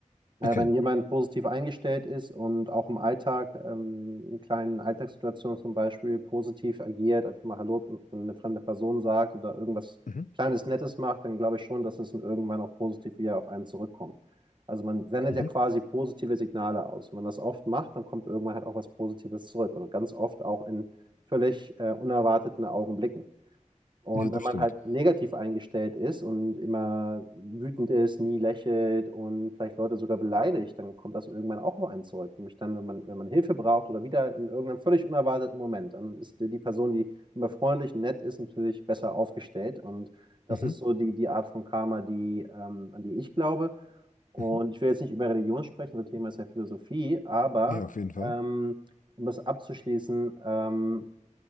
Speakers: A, on the right (about 35°); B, on the left (about 85°).
A: Äh,
B: Okay.
A: wenn jemand positiv eingestellt ist und auch im Alltag, ähm, in kleinen Alltagssituationen zum Beispiel, positiv agiert, einfach mal Hallo an eine fremde Person sagt oder irgendwas
B: Mhm.
A: Kleines Nettes macht, dann glaube ich schon, dass es dann irgendwann auch positiv wieder auf einen zurückkommt. Also man sendet
B: Mhm.
A: ja quasi positive Signale aus. Wenn man das oft macht, dann kommt irgendwann halt auch was Positives zurück und ganz oft auch in völlig äh, unerwarteten Augenblicken. Und
B: Ja, das
A: wenn man
B: stimmt.
A: halt negativ eingestellt ist und immer wütend ist, nie lächelt und vielleicht Leute sogar beleidigt, dann kommt das irgendwann auch auf einen zurück. Nämlich dann, wenn man, wenn man Hilfe braucht oder wieder in irgendeinem völlig unerwarteten Moment, dann ist die die Person, die immer freundlich, nett ist, natürlich besser aufgestellt. Und das
B: Mhm.
A: ist so die, die Art von Karma, die, ähm, an die ich glaube. Und
B: Mhm.
A: ich will jetzt nicht über Religion sprechen, das Thema ist ja Philosophie, aber
B: Ja, auf jeden Fall.
A: ähm, um das abzuschließen, ähm,